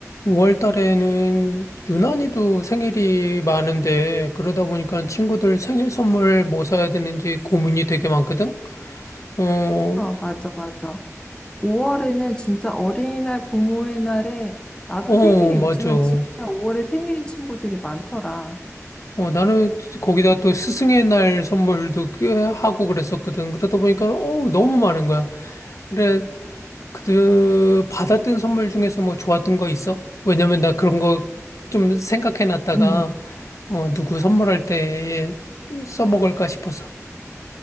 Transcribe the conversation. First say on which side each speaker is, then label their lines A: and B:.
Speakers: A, on the left; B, on the left.
A: 5월 달에는 유난히도 생일이 많은데, 그러다 보니까 친구들 생일 선물 뭐 사야 되는지 고민이 되게 많거든? 어,
B: 아, 맞아, 맞아. 5월에는 진짜 어린이날, 부모의 날에 나도
A: 어,
B: 생일이
A: 맞아.
B: 있지만
A: 어,
B: 진짜 5월에 생일인 친구들이 많더라.
A: 나는 거기다 또 스승의 날 선물도 꽤 하고 그랬었거든. 그러다 보니까, 어, 너무 많은 거야. 그래, 그, 받았던 선물 중에서 뭐 좋았던 거 있어? 왜냐면 나 그런 거 좀 생각해 놨다가,
B: 음,
A: 어, 누구 선물할 때 써먹을까 싶어서.